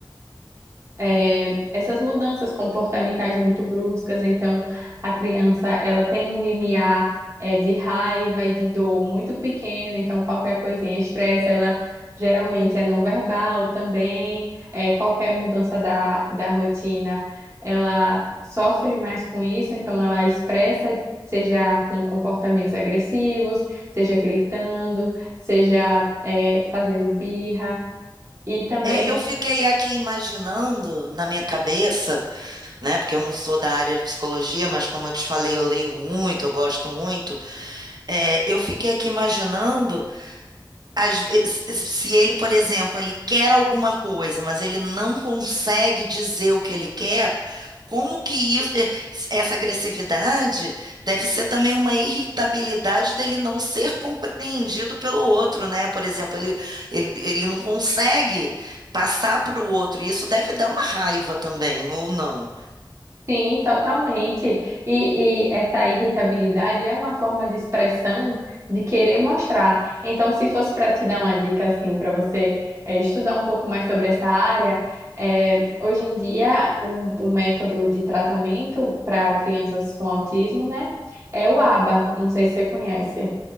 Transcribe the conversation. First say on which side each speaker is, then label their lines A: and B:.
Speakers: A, on the right; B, on the right.
A: é, essas mudanças comportamentais muito bruscas. Então, a criança, ela tem um limiar, é, de raiva e de dor muito pequeno. Então, qualquer coisinha estressa, ela geralmente é não verbal também. É, qualquer mudança da, da rotina, ela sofre mais com isso. Então, ela expressa, seja com comportamentos agressivos, seja gritando, seja, é, fazendo birra. E também
B: É, eu fiquei aqui imaginando na minha cabeça. né? Porque eu não sou da área de psicologia, mas como eu te falei, eu leio muito, eu gosto muito. É, eu fiquei aqui imaginando, às vezes, se ele, por exemplo, ele quer alguma coisa, mas ele não consegue dizer o que ele quer, como que isso, eh, essa agressividade deve ser também uma irritabilidade dele não ser compreendido pelo outro, né? Por exemplo, ele, ele, ele não consegue passar para o outro, e isso deve dar uma raiva também, ou não?
A: Sim, totalmente. E, e essa irritabilidade é uma forma de expressão de querer mostrar. Então, se fosse para te dar uma dica assim, para você eh, estudar um pouco mais sobre essa área, eh, hoje em dia o, o método de tratamento para crianças com autismo, né, é o ABA. Não sei se você conhece.